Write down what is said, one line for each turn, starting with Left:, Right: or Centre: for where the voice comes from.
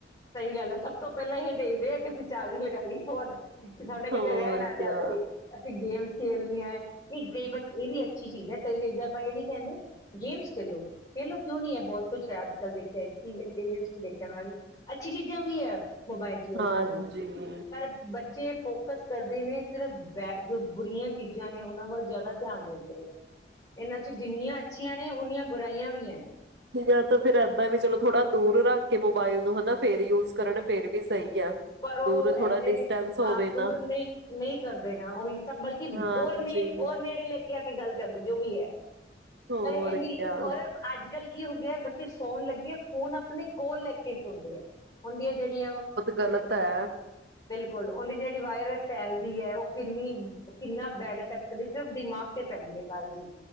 Left: ਸਹੀ ਗੱਲ ਐ ਸਬ ਤੋ ਪਹਿਲਾ ਐਹੇ ਦੇਖਦੇ ਆ। ਕੀ ਅਸੀ ਚਾਰਜ ਲਗਾਇਏ ਫੋਨ ਕਿ ਕਿਤੇ ਸਾਡਾ
Right: ਹੋਰ
Left: ਰਹਿ ਨਾ
Right: ਕਿਆ
Left: ਜਾਵੇ, ਅਸੀ ਗੇਮ ਖੇਲ ਲਿਆ ਕਈ ਬੱਚੇ ਐ ਵੀ ਅੱਛੀ ਚੀਜ ਐ ਕਈ ਕਹਿੰਦੇ ਐ ਆਪਾ ਐ ਨੀ ਕਹਿਦੇ ਗੈਮਸ ਖੇਲੋ <unintelligible> ਬਹੁਤ ਕੁਝ ਅੱਜ ਕੱਲ ਦੇਖਿਆ <unintelligible> ਅੱਛੀ ਚੀਜਾਂ ਵੀ ਐ ਮੁਬਾਇਲ ਚ ਦੇਖਣ
Right: ਹਾਂਜੀ
Left: ਵਾਲੀ ਪਰ ਬੱਚੇ ਕੁਸ ਕਰਦੇ ਨੀ ਐ ਸਿਰਫ ਜੋ ਬੁਰੀਆ ਚੀਜ਼ ਨੇ ਉਹਨਾ ਵੱਲ ਜਿਆਦਾ ਧਿਆਨ ਦੇਣਗੇ ਇਹਨਾ ਚ ਜਿੰਨੀਆ ਅੱਛੀਆ ਨੇ ਉਨੀਆ ਬੁਰਾਈਆ ਵੀ ਐ
Right: ਜਾ ਤਾ ਫਿਰ ਐਦਾ ਵੀ ਚਲੋ ਥੋੜਾ ਦੂਰ ਰੱਖਕੇ ਮੁਬਾਇਲ ਨੁੰ ਹਨਾ ਫੇਰ ਯੂਜ ਕਰਨ ਫੇਰ ਵੀ ਸਹੀ ਆ
Left: ਪਰ ਉਹ
Right: ਦੂਰ ਥੋੜਾ
Left: ਐਨੇ
Right: ਡਿਸਟੈਂਸ ਹੋਵੇ
Left: ਹਾ
Right: ਨਾ
Left: ਦੂਰ ਨਹੀ ਨਹੀ ਕਰਦੇ ਨਾ ਔ ਈ ਤਾ ਬਲਕਿ
Right: ਹਾਂਜੀ
Left: ਹੋਰ ਨਹੀ ਨੇੜੇ ਲੈ ਕੇ ਆ ਕੇ ਗੱਲ ਕਰਦੇ ਜੋ ਵੀ ਹੈ
Right: ਹੋਰ
Left: ਪਰ ਐਦੀ
Right: ਕਿਆ
Left: ਔਰ ਅੱਜ ਅੱਜ ਕੱਲ ਕੀ ਹੋਗੀਆ ਬੱਚੇ ਸੋਣ ਲੱਗਿਆ ਫੋਨ ਆਪਣੇ ਕੋਲ ਲੇਕੇ ਸੋਂਦੇ ਆ। ਹੁਣ ਦਿਆ ਜਿਹੜੀਆ
Right: ਗਲਤ ਏ
Left: ਕੋਲੋ ਉਹਦੀ ਜਿਹੜੀ ਵਾਇਰਸ ਫੈਲਦੀ ਐ ਉਹ ਕਿੰਨੀ ਕਿੰਨਾ ਬੈਡ ਇਫੇਕਟ ਦੇਖਿਉ ਦਿਮਾਗ ਤੇ ਪੇਦੀ ਐ ਸਾਰੀ ਦੀ